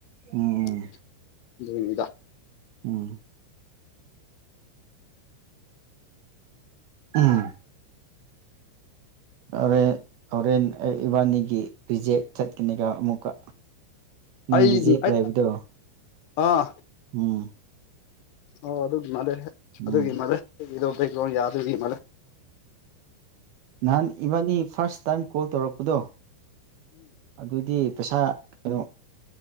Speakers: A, on the right (about 70°); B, on the left (about 75°).
A: ꯎꯝ
B: <inaudible> ꯑꯗꯨꯒꯤꯅꯤꯗ
A: ꯎꯝ ꯎꯝ ꯍꯣꯔꯦ ꯍꯣꯔꯦꯟ ꯑꯩ ꯏꯕꯥꯅꯤꯒꯤ ꯔꯤꯖꯦꯛ ꯆꯠꯀꯅꯤꯀꯣ ꯑꯃꯨꯛꯀꯥ ꯅꯪꯗꯤ
B: ꯑꯩ
A: ꯖꯦꯛ
B: ꯑꯩ
A: ꯂꯩꯕꯗꯣ
B: ꯑꯥ
A: ꯎꯝ
B: ꯑꯣ ꯑꯗꯨꯒꯤ ꯃꯥꯜꯂꯦ
A: ꯎꯝ
B: ꯑꯗꯨꯒꯤ ꯃꯥꯜꯂꯦ ꯑꯩꯒꯤꯗꯣ ꯕꯦꯛꯒꯔꯥ꯭ꯎꯟ ꯌꯗꯕꯒꯤ ꯃꯜꯂꯦ
A: ꯅꯥꯟ ꯏꯕꯥꯟꯅꯤ ꯐꯔꯥꯁ ꯇꯥꯏꯝ ꯀꯣꯜ ꯇꯧꯔꯛꯄꯗꯣ ꯑꯗꯨꯗꯤ ꯄꯩꯁꯥ ꯑꯗꯨꯝ